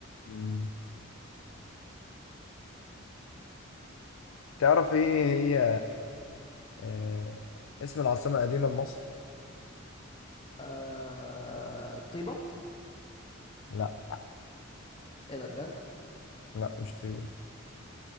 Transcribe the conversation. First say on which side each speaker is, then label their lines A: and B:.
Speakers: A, on the left; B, on the left.
A: مم. تعرف ايه هي آه اسم العاصمة القديمة لمصر؟
B: آه، طيبة
A: لا
B: ايه ده بجد
A: لا مش تريبو